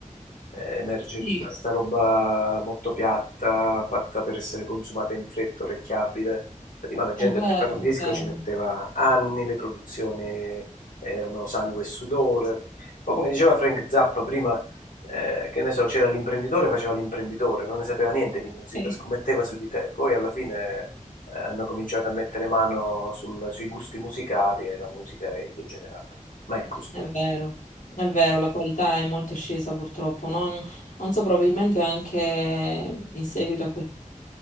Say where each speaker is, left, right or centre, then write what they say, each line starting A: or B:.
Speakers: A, on the left; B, on the left.
A: eh, Emerge
B: Sì,
A: tutta sta roba molto piatta, fatta per essere consumata in fretta, orecchiabile. Prima la gente
B: è vero,
A: per fare un disco
B: è vero.
A: ci metteva anni, le produzioni erano sangue e sudore. Poi, come diceva Frank Zappa prima, eh, che ne so, c'era l'imprenditore, faceva l'imprenditore, non ne sapeva niente di musica,
B: <laughs>
A: scommetteva su di te. Poi alla fine eh, hanno cominciato a mettere mano sul- sui gusti musicali e la musica è degenerata. Ma è così.
B: È vero, è vero, la qualità è molto scesa purtroppo. Non, non so, probabilmente anche in seguito a questo